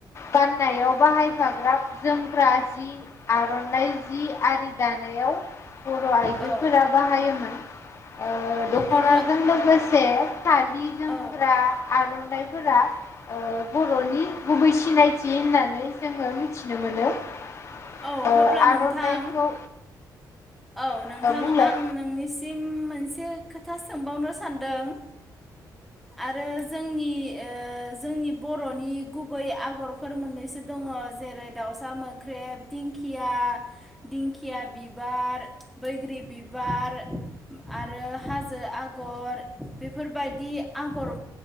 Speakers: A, on the left; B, in the centre.
A: गाननायाव बाहायफाग्रा जोमग्रा जि आर'नाइ जि आरि दानायाव बर' आइजोफोरा
B: औ
A: बाहायोमोन ओ। दख'नाजों
B: अब्ला
A: लोगोस से फालि जोमग्रा
B: औ
A: आरन नायफोरा ओ बर'नि गुबैस सिनायथि होननानै जोङो मिथिनो मोनो।
B: औ
A: ओ
B: हब्ला
A: आर'नाइखौ
B: नोंथां औ
A: ओ
B: नोंथां
A: बुंलाय
B: आं नोंनिसिम मोनसे खोथ था सोंबावनो सानदों आरो जोंनि ओ जोंनि बर'नि गुबै आगरफोर मोननैसो दङ जेरै दाउसा मोख्रेब दिंखिया दिंखिया बिबार बैग्रि बिबार आरो हाजो आगर बेफोरबायदि आगर